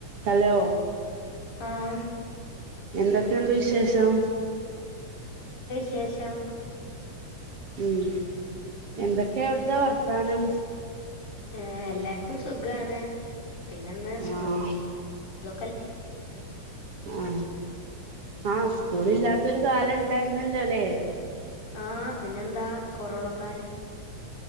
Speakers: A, on the right (about 50°); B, on the left (about 75°).
A: Hello
B: ആഹ്
A: എന്തൊക്കെയുണ്ട് വിശേഷം
B: ശേഷം
A: ഉം എന്തൊക്കെയാ അവിടിത്തെ വർത്താനം
B: ഏ എല്ലാർക്കു സുഗാണ് പിന്നന്ന് സ്കൂ
A: ആഹ്
B: <unintelligible>
A: ആ ആ സ്കൂളില്ലാത്തൊരു കാലം ഇണ്ടായിര്ന്നല്ലോല്ലേ?
B: ആ പിന്നെന്താ കൊറോണ കാലം.